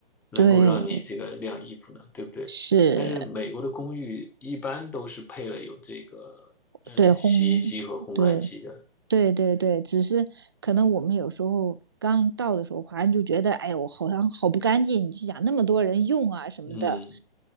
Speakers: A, in the centre; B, on the right.
A: 能够让你这个晾衣服呢？
B: 对。
A: 对不对？
B: 是，
A: 但是美国的公寓一般都是配了有这个呃洗衣机和烘干机的。
B: 对，烘，对，对对对，只是可能我们有时候刚到的时候，华人就觉得，哎呦，我好像好不干净，你就想那么多人用啊什么的，
A: 嗯，